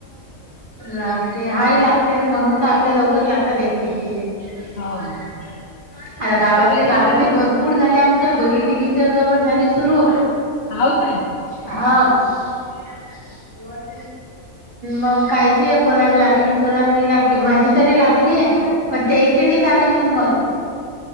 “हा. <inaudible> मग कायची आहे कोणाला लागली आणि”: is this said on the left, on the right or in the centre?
Right